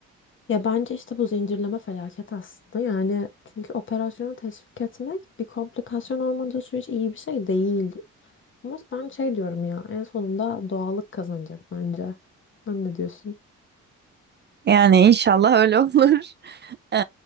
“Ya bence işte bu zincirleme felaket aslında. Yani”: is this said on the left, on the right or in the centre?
Left